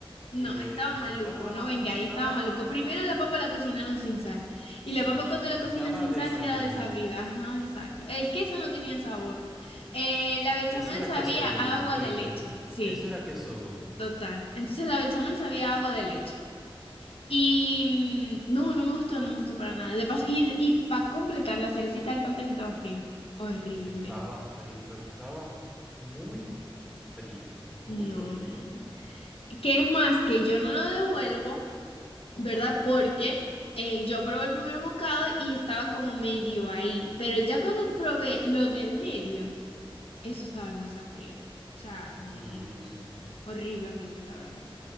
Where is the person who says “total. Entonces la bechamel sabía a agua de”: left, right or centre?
Left